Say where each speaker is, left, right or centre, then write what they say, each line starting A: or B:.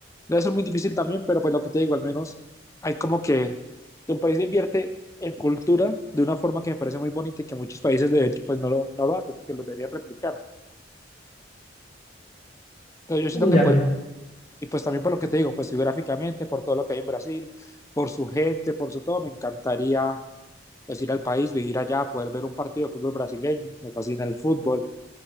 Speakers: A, on the left; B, on the left.
A: Debe ser muy difícil también, pero pues lo que te digo, al menos hay como que el país invierte en cultura de una forma que me parece muy bonita y que muchos países de hecho pues no lo, no lo hacen, porque lo deberían replicar. Entonces yo
B: Mm,
A: siento que
B: Ya
A: por,
B: veo.
A: y pues también por lo que te digo, pues geográficamente, por todo lo que hay en Brasil, por su gente, por su todo, me encantaría pues ir al país, vivir allá, poder ver un partido de fútbol brasileño, me fascina el fútbol,